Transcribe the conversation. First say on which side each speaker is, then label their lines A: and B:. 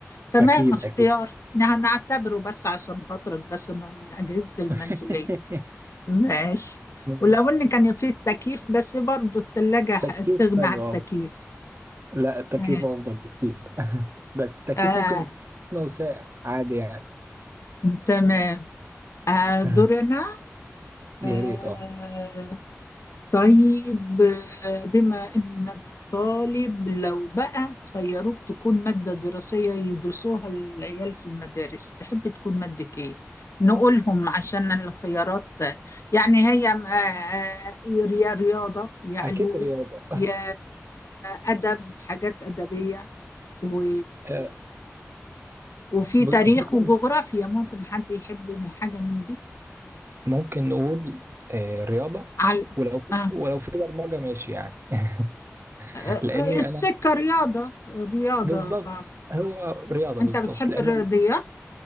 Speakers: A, on the left; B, on the right.
A: تمام
B: اكيد
A: اختيار
B: اكيد
A: نعتبره بس عشان خاطرك بس انه من اجهزه المنزليه
B: <laughs>
A: ماشي
B: بس
A: ولو ان كان فيه التكييف بس برضو التلاجة ح-
B: تكييف
A: تغنى
B: حلو
A: عن التكييف
B: اه لا التكييف
A: ماشي
B: افضل بكتير <laughs> بس التكييف
A: آه
B: ممكن يكون ساقع عادي يعني
A: تمام آه
B: <laughs>
A: دورنا
B: يا
A: آه
B: ريت اه
A: طيب آه، بما إنك طالب لو بقى خيروك تكون مادة دراسية يدرسوها العيال في المدارس تحب تكون مادة إيه؟ نقولهم عشان الخيارات يعني هي م- آه، آه، يا رياضة يا علوم
B: أكيد رياضة
A: يا أدب حاجات أدبية و...
B: آه،
A: وفي
B: بص
A: تاريخ
B: ممكن
A: وجغرافيا ممكن حد يحب من حاجة من دي
B: ممكن نقول آه، رياضة
A: على
B: ولو
A: آه.
B: ولو في برمجة ماشي يعني <laughs>
A: آه، آه،
B: لأني
A: السكة
B: أنا
A: رياضة رياضة
B: بالظبط
A: آه.
B: هو رياضة
A: أنت
B: بالظبط
A: بتحب
B: لأن
A: الرياضيات؟